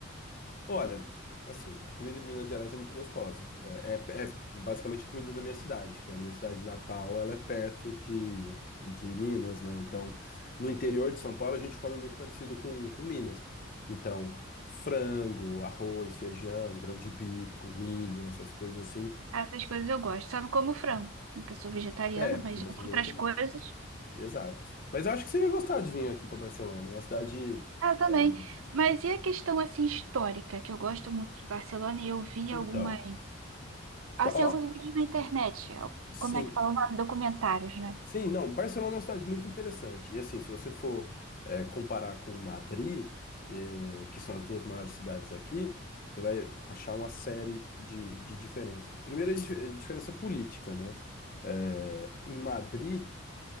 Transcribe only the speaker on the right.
Essas coisas eu gosto. Só não como frango, né, que eu sou vegetariana,
mas
já tem
outras
coisas.
Ah, eu também.
Mas e a questão assim histórica, que eu gosto muito de Barcelona e eu vi
algumas, assim,
alguns vídeos na internet.
Como é que fala o nome? Documentários, né?